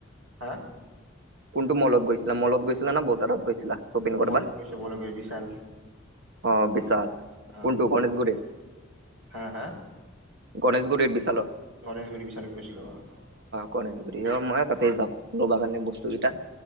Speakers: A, on the right; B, on the right.
A: হা?
B: কোনটো মলত গৈছিলা মলত গৈছিলা না বজাৰত গৈছিলা? শ্বপিং কৰবা
A: মল কৈছো, মলৈ গৈ বিশাল।
B: অ' বিছাল,
A: অ'
B: কোনতো গণেশগুৰি?
A: হা হা?
B: গণেশগুৰিৰ বিশালত।
A: গনেশগুৰি বিচাল গৈছিলো অ'।
B: গণেশগুৰি অ' মই তাতেই যাওঁ লব কাৰণে বস্তু কেইটা।